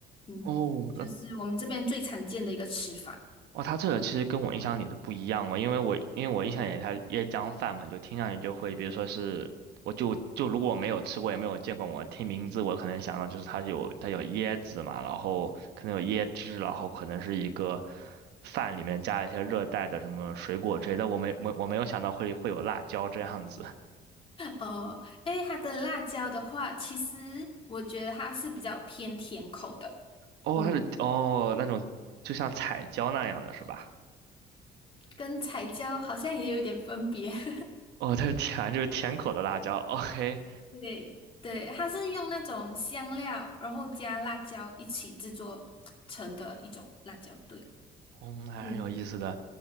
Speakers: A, on the left; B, on the right.
A: 嗯，
B: 哦，
A: 就是我们这边最常见的一个吃法。
B: 哇，他这个其实跟我印象里的不一样哦，因为我因为我印象里他椰浆饭嘛，就听上去就会，比如说是，我就就如果我没有吃过也没有见过，我听名字我可能想到就是它有它有椰子嘛，然后可能有椰汁，然后可能是一个饭里面加一些热带的什么水果之类的，但我没我我没有想到会会有辣椒这样子。
A: 哦，诶，它的辣椒的话，其实我觉得它是比较偏甜口的，
B: 哦，
A: 嗯，
B: 它是哦那种就像彩椒那样的是吧？
A: 跟彩椒好像也有一点分别。<laughs>
B: 哦，它是甜，就是甜口的辣椒。OK。
A: 对对，它是用那种香料，然后加辣椒一起制作成的一种辣椒对，
B: 嗯，还是很有意思的。
A: 嗯，